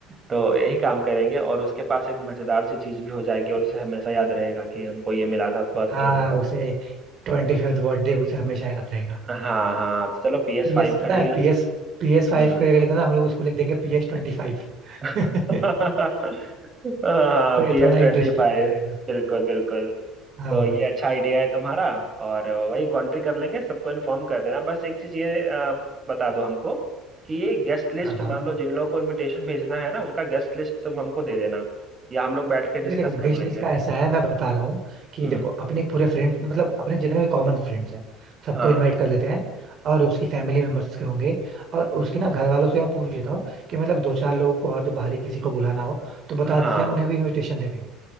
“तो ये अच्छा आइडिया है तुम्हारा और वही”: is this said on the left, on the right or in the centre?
Right